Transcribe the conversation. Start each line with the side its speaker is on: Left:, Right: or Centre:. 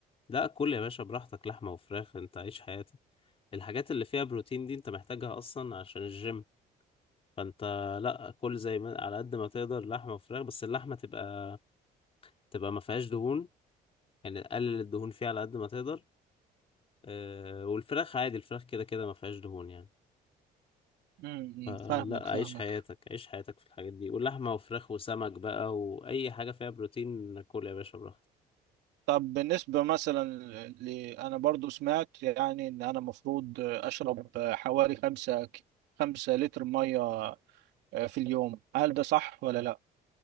Left: لا كل يا باشا براحتك لحمة وفراخ انت عيش حياتك الحاجات اللي فيها بروتين دي انت محتاجها أصلا عشان الجيم فانت لا كل زي ما على قد ما تقدر لحمة وفراخ بس اللحمة تبقى تبقى ما فيهاش دهون يعني قلل الدهون فيه على قد ما تقدر آه، والفراخ عادي الفراخ كده كده ما فيهاش دهون يعني
Right: امم
Left: فلا
Right: فاهمك فاهمك
Left: عيش حياتك عيش حياتك في الحاجات دي واللحمة وفراخ وسمك بقى وأي حاجة فيها بروتين كل يا باشا براحتك
Right: طب بالنسبه مثلا ل... انا برضو سمعت يعني ان انا مفروض اشرب حوالي خمسة خمسة لتر ميه في اليوم هل ده صح ولا لا